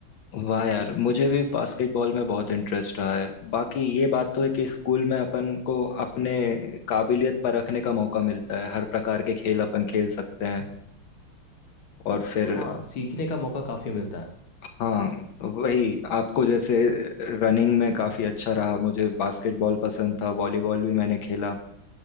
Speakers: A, on the left (about 70°); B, on the left (about 80°).
A: वाह यार मुझे भी बास्केटबॉल में बहुत इंटरेस्ट रहा है बाकी ये बात तो है कि स्कूल में अपन को अपने काबिलियत परखने का मौका मिलता है हर प्रकार के खेल अपन खेल सकते हैं और फिर
B: हाँ सीखने का मौका काफ़ी मिलता है
A: हाँ वही आपको जैसे रनिंग में काफी अच्छा रहा मुझे बास्केटबॉल पसंद था वॉलीबॉल भी मैंने खेला